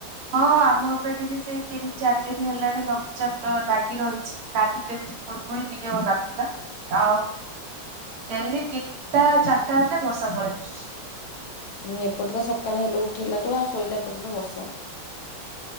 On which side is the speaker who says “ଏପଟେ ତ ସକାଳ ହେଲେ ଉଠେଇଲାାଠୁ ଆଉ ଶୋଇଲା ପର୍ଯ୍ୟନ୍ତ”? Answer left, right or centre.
Left